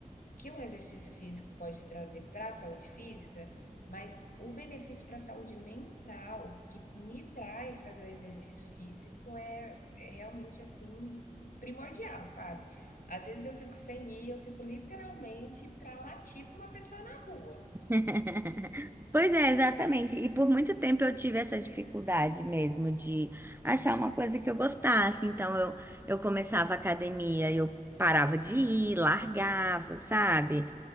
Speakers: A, on the left; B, on the right.
A: que um exercício físico pode trazer para a saúde física, mas o benefício para a saúde mental que me traz fazer o exercício físico é, é realmente assim primordial, sabe? Às vezes eu fico sem ir, eu fico literalmente para latir para uma pessoa na rua.
B: <laughs> Pois é, exatamente. E por muito tempo eu tive essa dificuldade mesmo de achar uma coisa que eu gostasse. Então eu, eu começava a academia e eu parava de ir, largava, sabe?